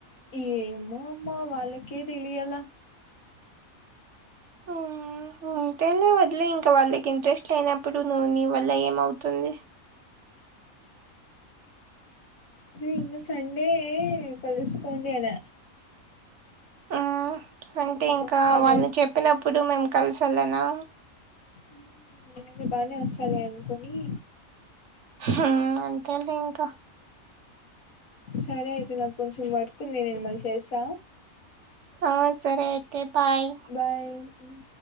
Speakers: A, on the left; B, on the right.
A: ఏమ్మో మా వాళ్ళకే తెలియాల
B: మ్ మ్ ఇంకేంది వదిలేయ్ ఇంక వాళ్ళకి ఇంట్రెస్ట్ లేనప్పుడు నువు నీ వల్ల ఏమవుతుంది
A: నువు ఇంగ సండే కలుస్కోండి అలా
B: ఆ అంటే ఇంకా
A: వస్తాలే
B: వాళ్ళు చెప్పినప్పుడు మేము కలిసి వెళ్ళనా
A: మ్ నేనింగ బానే వస్తాలే అనుకని
B: హుమ్మ్ అంతేలే ఇంకా
A: సరే అయితే ఇవాళ కొంచెం వర్కు ఉంది నేను మళ్ చేస్తా
B: ఆ సరే అయితే బాయ్
A: బాయ్ మ్